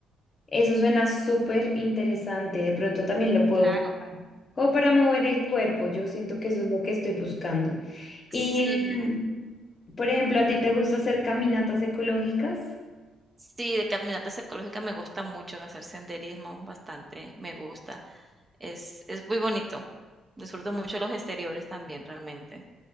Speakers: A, on the left (about 40°); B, on the right (about 25°).
A: eso suena súper interesante. De pronto también lo puedo.
B: claro.
A: Como para mover el cuerpo, yo siento que eso es lo que estoy buscando. Y,
B: Sí,
A: mm, por ejemplo, ¿a ti te gusta hacer caminatas ecológicas?
B: sí, de caminatas ecológicas me gusta mucho, hacer senderismo bastante, me gusta. Es es muy bonito. Disfruto mucho los exteriores también, realmente.